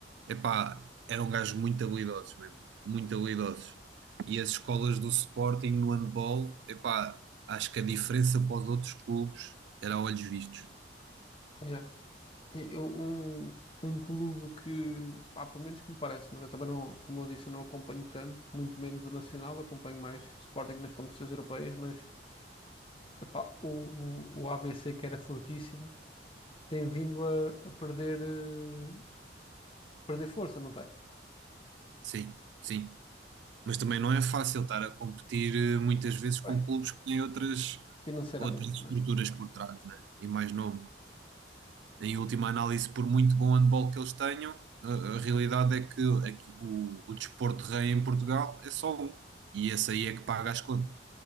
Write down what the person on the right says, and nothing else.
epá, eram gajos muito habilidosos mesmo, muito habilidosos. E as escolas do Sporting no handball, epá, acho que a diferença para os outros clubes era a olhos vistos.
Sim, sim. Mas também não é fácil estar a competir eh, muitas vezes com
clubes que têm outras,
outras estruturas
por trás, né? E mais novo. Em última análise, por muito bom handball que eles tenham, a, a realidade é que, é que o, o desporto rei em Portugal é só um. E esse aí é que paga as contas.